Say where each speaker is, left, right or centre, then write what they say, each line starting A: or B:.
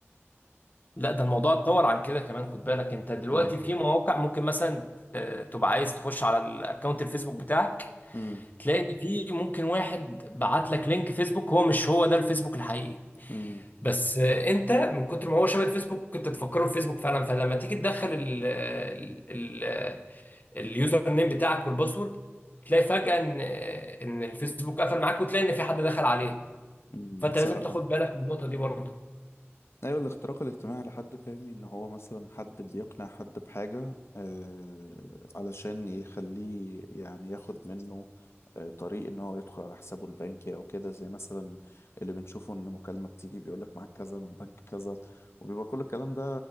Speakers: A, on the left; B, on the left.
A: لا ده الموضوع اتطور عن كده كمان خد بالك انت دلوقتي
B: امم
A: في مواقع ممكن مثلا آه، تبقى عايز تخش على الاكونت الفيسبوك بتاعك
B: امم
A: تلاقي ان في ممكن واحد بعت لك لينك فيسبوك هو مش هو ده الفيسبوك الحقيقي
B: امم
A: بس آه، انت من كتر ما هو شبه الفيسبوك كنت تفكره في فيسبوك فعلا فلما تيجي تدخل ال ال ال- اليوزر نيم بتاعك والباسورد تلاقي فجأة ان آه، ان الفيسبوك قفل معاك وتلاقي ان في حد دخل عليه
B: امم
A: فانت
B: اتسرق
A: لازم تاخد بالك من النقطة دي برضه
B: ايوه الاختراق الاجتماعي لحد فهمي ان هو مثلا حد بيقنع حد بحاجة آه علشان يخليه يعني ياخد منه آه طريق ان هو يدخل على حسابه البنكي او كده زي مثلا اللي بنشوفه ان مكالمة بتيجي بيقولك معاك كذا من بنك كذا وبيبقى كل الكلام ده